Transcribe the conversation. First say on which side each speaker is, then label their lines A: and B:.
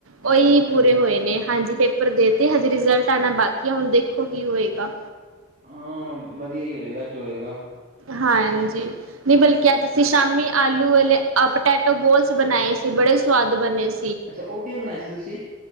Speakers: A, on the right (about 85°); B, on the right (about 40°).
A: ਉਹੀ
B: ਹਾਂਜੀ
A: ਪੂਰੇ ਹੋਏ ਨੇ ਹਾਂਜੀ ਪੇਪਰ ਦੇ ਤੇ ਹਜੇ ਰਿਜਲਟ ਆਉਣਾ ਬਾਕੀ ਆ ਹੁਣ ਦੇਖੋ ਕੀ ਹੋਏਗਾ
B: ਹਾਂ ਵਧੀਆ ਹੀ ਹੋਏਗਾ ਜੋਂ ਹੋਏਗਾ
A: ਹਾਂਜੀ ਨਹੀਂ ਬਲਕਿ ਅੱਜ ਅਸੀਂ ਸ਼ਾਮੀ ਆਲੂ ਵਾਲ਼ੇ ਗੋਲਸ ਬਣਾਏ ਸੀ ਬੜੇ ਸੁਵਾਦ ਬਣੇ ਸੀ
B: ਅੱਛਾ ਉਹ ਕਿਵੇਂ ਬਣਾਏ ਸੀ ਤੁਸੀਂ